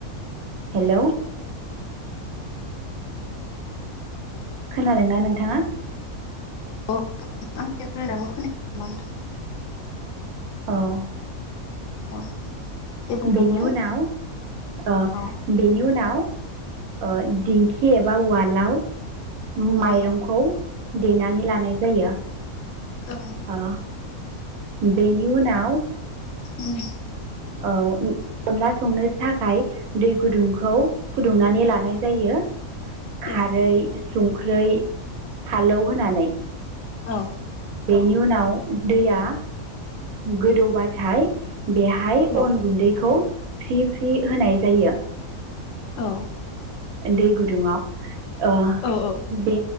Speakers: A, on the right; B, on the left.
A: हेलौ खोनादोंना नोंथाङा
B: अ आंनि रायज्लायनायखौ खोनायाखै नामा नोंथां
A: औ
B: औ दे बुंलांलाय
A: बेनि उनाव अ
B: औ
A: बेनि उनाव ओ दिंखि एबा उवालाव माइरंखौ
B: औ
A: देनानै लानाय जायो
B: औ
A: ओ बेनि उनाव
B: उम
A: औ अनला संनो थाखाय दै गुदुंखौ फुदुंनानै लानाय जायो खारै
B: उम
A: संख्रि फालौ होनानै
B: औ
A: नि उनाव दैया गोदौबाथाय बेहाय
B: औ
A: अन गुन्दैखौ फ्रि फ्रि होनाय जायो
B: औ
A: दै गुदुङआव
B: औ औ
A: बे